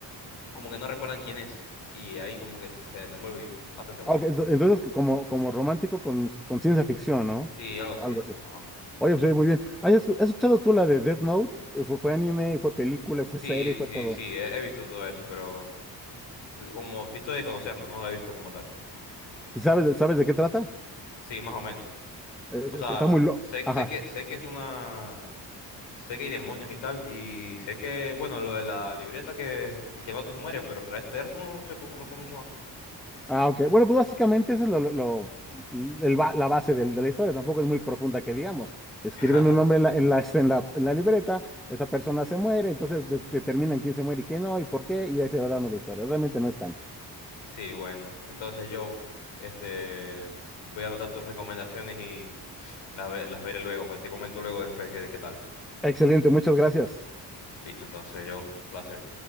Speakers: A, on the left (about 85°); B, in the centre.
A: como que no recuerdan quién es. Y ahí como que se desenvuelve y bastante bonito.
B: Ah, Ok, ento- entonces como, como romántico con, con ciencia ficción, ¿no?
A: Sí, algo así.
B: Algo así.
A: Ajá.
B: Oye, pues oye, muy bien. ¿Has escu- has escuchado tú la de Death Note? Eh, Fue, fue anime, fue película, fue
A: Sí,
B: serie, fue
A: sí,
B: todo.
A: sí, he, he visto todo eso, pero t- como visto de conocerlo, no lo he visto como tal.
B: ¿Sí ¿Sabes, de- sabes de qué trata?
A: Sí, más o menos.
B: E-, Es-
A: O
B: es-
A: sea,
B: está muy loco.
A: sé,
B: Ajá.
A: sé que sé que es una sé que hay demonios y tal y sé que bueno, lo de la libreta que el que no te muere, pero el resto no sé poco, no sé mucho
B: Ah, ok. Bueno, pues básicamente esa es lo, lo- lo- mm, el ba- la base del- de, la historia. Tampoco es muy profunda que digamos. Escriben
A: más.
B: un nombre
A: <laughs>
B: en la, en la, este, en la, en la libreta, esa persona se muere, entonces de- determinan quién se muere y quién no, y por qué, y ahí se va dando la historia. Realmente no es tanto.
A: Sí, bueno, entonces yo este voy a anotar tus recomendaciones y las, ve- las veré luego, que te comento luego después qué qué tal.
B: Excelente, muchas gracias.
A: Listo, entonces yo, placer.